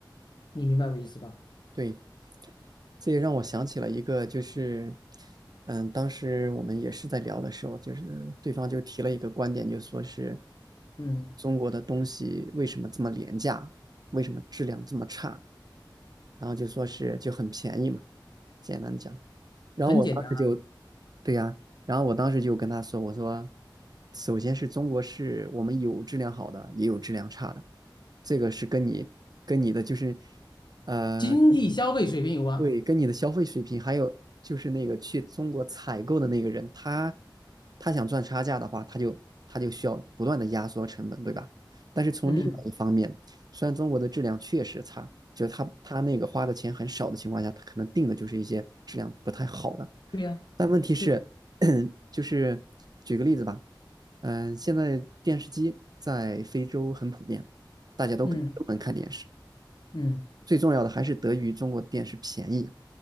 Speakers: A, on the left; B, on the right.
A: 你明白我的意思吧？
B: 对，这也让我想起了一个，就是嗯，当时我们也是在聊的时候，就是对方就提了一个观点，就说是
A: 嗯。
B: 中国的东西为什么这么廉价，为什么质量这么差？然后就说是就很便宜嘛，简单讲。然后我当时就，
A: 很简单。
B: 对呀、然后我当时就跟他说，我说，首先是中国是我们有质量好的，也有质量差的，这个是跟你跟你的就是，呃，
A: 经济消费水平有关。
B: 对，跟你的消费水平，还有就是那个去中国采购的那个人，他他想赚差价的话，他就他就需要不断的压缩成本，对吧？但是从另外一方面，
A: 嗯，
B: 虽然中国的质量确实差，就是他他那个花的钱很少的情况下，他可能定的就是一些质量不太好的。
A: 对呀，
B: 但问题是，
A: 对呀，
B: <coughs> 就是举个例子吧，嗯、呃现在电视机在非洲很普遍，大家都都能看电视。
A: 嗯嗯，
B: 最重要的还是得益于中国电视便宜。